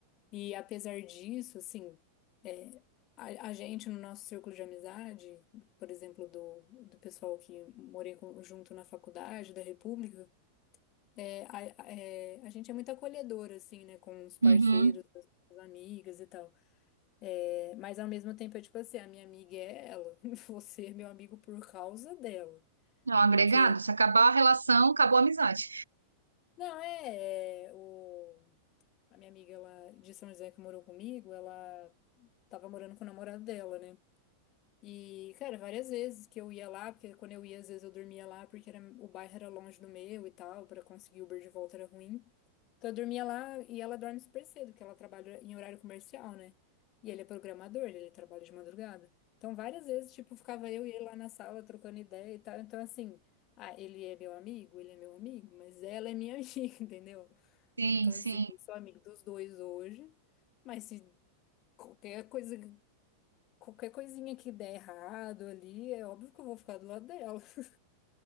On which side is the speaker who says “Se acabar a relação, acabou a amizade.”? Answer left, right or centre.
Right